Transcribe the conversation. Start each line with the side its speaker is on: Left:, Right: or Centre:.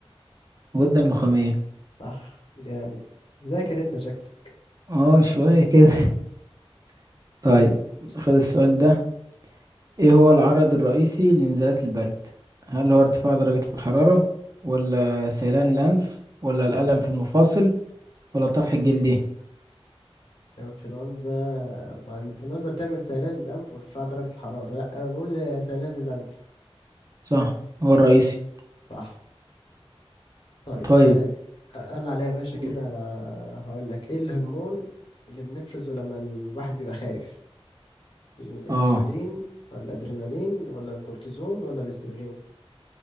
Right: الغدة النخامية
Left: صح جامد ذاكر انت شكلك
Right: اه شوية كده <laughs> طيب
Left: كمل
Right: خد السؤال ده ايه هو العرض الرئيسي لنزلات البرد هل هو ارتفاع درجة الحرارة ولا سيلان الأنف ولا الألم في المفاصل ولا الطفح الجلدي
Left: الانفلونزا مع الانفلونزا بتعمل سيلان للأنف وارتفاع درجة الحرارة لا نقول سيلان للأنف
Right: صح هو الرئيسي
Left: صح طيب
Right: طيب
Left: آه، انا عليا يا باشا
Right: قول
Left: كده آه، هقول لك ايه الهرمون اللي بنفرزه لما الواحد بيبقى خايف الانسولين
Right: اه
Left: ولا الادرينالين ولا الكورتيزون ولا الاستروجين